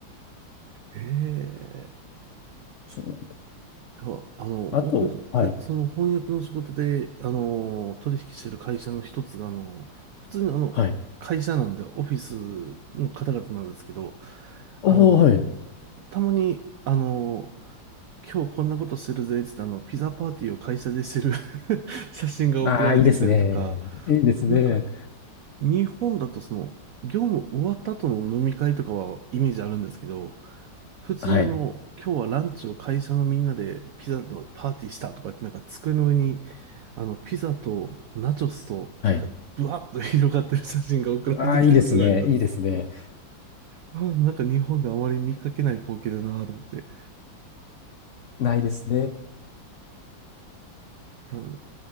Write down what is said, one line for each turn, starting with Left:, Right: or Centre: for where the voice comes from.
Right: ええ。
Left: そうなん
Right: いや、あの、
Left: あと、
Right: 僕、は、
Left: はい、
Right: その翻訳の仕事で、あの、取引してる会社の一つが、あの、普通にあの、
Left: はい。
Right: 会社なんで、オフィスの方々なんですけど、
Left: ああ、
Right: あの、
Left: はい。
Right: たまに、あの、今日こんなことしてるぜ、つってあの、ピザパーティーを会社でしてる <laughs> 写真が送られてきたりとか、
Left: ああ、いいですね。いいですね。
Right: なんか、日本だとその、業務終わった後の飲み会とかはイメージあるんですけど、普通にあの、
Left: はい。
Right: 今日はランチを会社のみんなでピザのパーティーしたとかってなんか机の上に、あの、ピザとナチョスと、
Left: はい。
Right: なんかブワッと広がってる写真が送られてきたことがあります。
Left: ああ、いいですね。いいですね。
Right: あーなんか日本であまり見かけない光景だなと思って。
Left: ないですね。
Right: うん